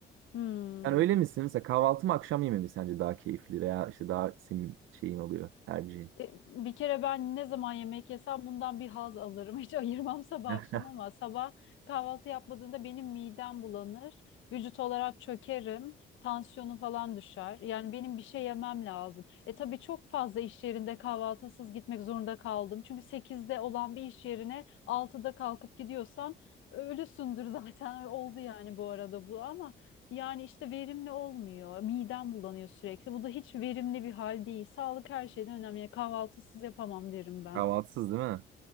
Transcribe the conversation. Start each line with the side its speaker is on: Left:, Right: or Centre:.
Left: Hmm.
Right: Yani öyle misin? Mesela kahvaltı mı akşam yemeği mi sence daha keyifli veya işte daha senin şeyin oluyor tercihin?
Left: E, Bir kere ben ne zaman yemek yesem bundan bir haz alırım. <laughs> Hiç ayırmam sabah
Right: <laughs>
Left: akşam ama sabah kahvaltı yapmadığında benim midem bulanır. Vücut olarak çökerim. Tansiyonum falan düşer. Yani benim bir şey yemem lazım. E tabii çok fazla iş yerinde kahvaltısız gitmek zorunda kaldım. Çünkü sekizde olan bir iş yerine altıda kalkıp gidiyorsam ölüsündür <laughs> zaten. Oldu yani bu arada bu ama. Yani işte verimli olmuyor. Midem bulanıyor sürekli. Bu da hiç verimli bir hal değil. Sağlık her şeyden önemli. Yani kahvaltısız yapamam derim ben.
Right: Kahvaltısız değil mi?